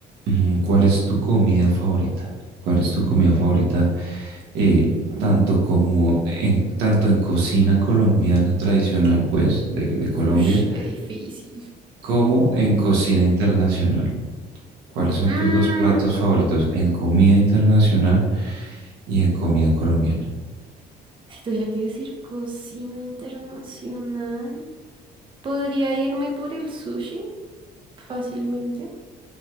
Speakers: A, on the right; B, on the right.
A: mm, ¿cuál es tu comida favorita? ¿Cuál es tu comida favorita? eh, tanto como en, tanto en cocina colombiana tradicional, pues, de, de
B: Ush,
A: Colombia,
B: qué difícil.
A: como en cocina internacional. ¿Cuáles son
B: Mm,
A: tus dos platos favoritos en comida internacional y en comida colombiana?
B: si tuviera que decir cocina internacional, podría irme por el sushi fácilmente.